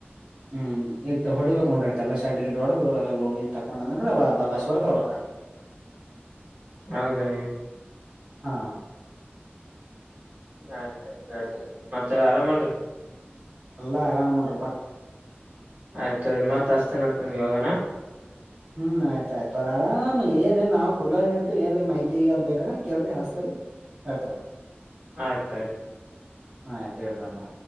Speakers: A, on the right; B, on the right.
A: ಹ್ಮ್ -ಇಟ್ಟ ಹೊಡಿಬೇಕ್ರ ಇಟ್ ಎಲ್ಲ ಶಡ್ಗ ಡ್ದ ಎಲ್ಲ ಲೋನ್ನ್ ತಕೊಂಡ್ ಅಂದ್ರ ಅವ ಅಂದಾ ಬಾಶವಡೆ ತೊರಕ್ಕ
B: ಹೌದ -ರೀ
A: ಹಾ
B: ಆಯ್ತಾಯಯ್ತುನ್ರಿ ಮತ್ತೆಲ್ಲ ಆರಾಮಲ್ರಿ.
A: ಅಲ್ಲಾ ಆರಾಮ ನೋಡ್ರಪ್ಪಾ.
B: ಆಯ್ತ್ರರಿ ಮತ್ ಅಸ್ತೇನತ್ ನಿಮಗೆ ಇಗಣ
A: ಹ್ಮ್ -ಆಯ್ತಯ್ತು ಆರಾಮ್ ಏನಲ್ ನಾವವು ಕುಲ ಇರ್ದು ಏನ್ ಮಾಹಿತಿ ಅ ಬೇಕಲ್ಲ ಕೇಳ್ರಿ ಹಸತರಿ ಹಯತ
B: ಆಯ್ತು.
A: ಹಾತೇಟರ್ ಮರ